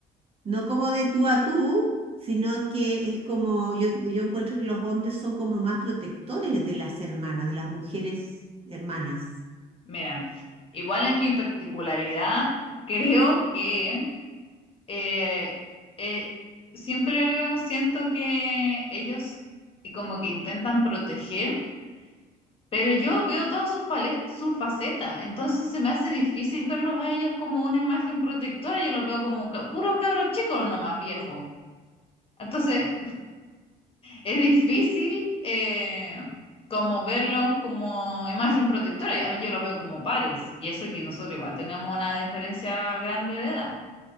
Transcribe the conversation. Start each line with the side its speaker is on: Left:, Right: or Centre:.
Right: No como de tú a tú, sino que es como, yo, yo encuentro que los hombres son como más protectores de las hermanas, de las mujeres hermanas.
Left: Mira, igual en mi particularidad, creo que eh, eh, siempre siento que ellos como que intentan proteger, pero yo veo todas sus fale- sus facetas, entonces se me hace difícil verlos a ellos como una imagen protectora, yo los veo como ca- puros cabros chicos, no más viejos. Entonces, Es difícil eh, como verlos como imagen protectora. A mí yo los veo como pares. Y eso que nosotros igual tenemos una diferencia grande de edad.